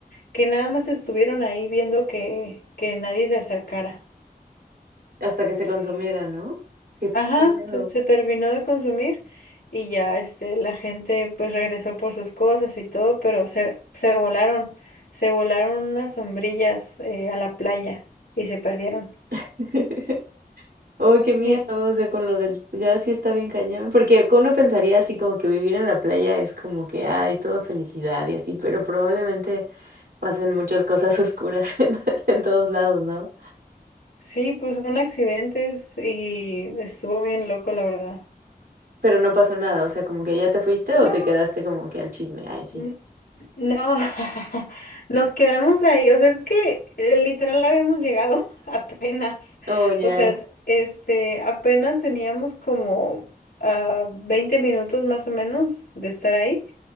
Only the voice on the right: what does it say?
Hasta que se
consumiera, ¿no? Qué,
qué miedo.
<laughs> Oh, qué miedo,
o sea, con lo del gas sí está bien cañón, porque uno pensaría así como que vivir en la playa es como que hay todo felicidad y así, pero probablemente pasen muchas cosas oscuras <laughs> en, en todos lados, ¿no?
Pero no pasó nada, o sea, como que ya te fuiste
o te quedaste como que al chisme. Ay, sí.
Oh, ya.